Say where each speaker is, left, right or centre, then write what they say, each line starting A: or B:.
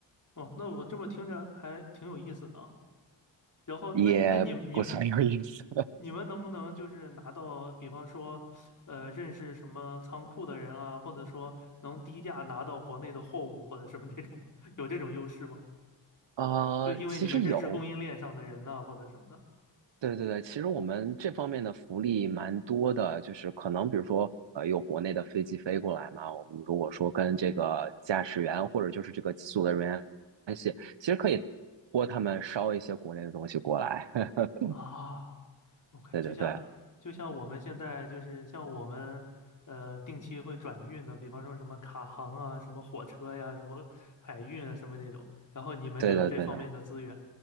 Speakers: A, on the left; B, on the right.
A: 哦，那我这么听着还挺有意思的啊。然后，
B: 也不算有意思。
A: 那那你们你你们能不能就是拿到，比方说，呃，认识什么仓库的人啊，或者说能低价拿到国内的货物或者什么那种，<laughs> 有这种优势吗？
B: <laughs> 呃，
A: 就因为你们认识供应链上的人呐、
B: 其实有，
A: 或者什么的
B: 对对对，其实我们这方面的福利蛮多的，就是可能比如说，呃，有国内的飞机飞过来嘛，我们如果说跟这个驾驶员或者就是这个机组的人员关系，其实可以托他们捎一些国内的东西过来。<laughs>
A: 啊，OK，
B: 对对对，
A: 就像就像我们现在就是像我们呃定期会转运的，比方说什么卡航啊、什么火车呀、什么海运啊、什么这种，然后你们就有这方面的资源
B: 对的对的。